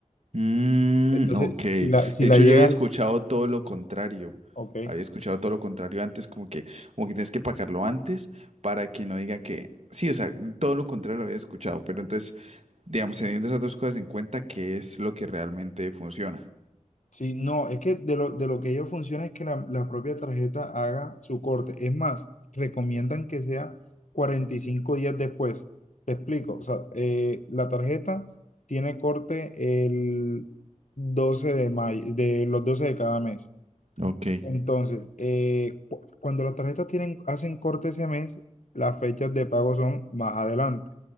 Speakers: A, on the right (about 60°); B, on the left (about 70°).
A: Mm,
B: Entonces,
A: ok. De
B: si la, si la
A: hecho,
B: llegas,
A: yo había escuchado todo lo contrario.
B: ok.
A: Había escuchado todo lo contrario antes, como que, como que tienes que pagarlo antes para que no digan que. Sí, o sea, todo lo contrario lo había escuchado. Pero entonces, digamos, teniendo esas dos cosas en cuenta, ¿qué es lo que realmente funciona?
B: Sí, no, es que de lo, de lo que ellos funciona es que la, la propia tarjeta haga su corte. Es más, recomiendan que sea 45 días después. Te explico, o sea, eh, la tarjeta tiene corte el 12 de mayo, de los 12 de cada mes.
A: Ok.
B: Entonces, eh, cu- cuando las tarjetas tienen, hacen corte ese mes, las fechas de pago son más adelante.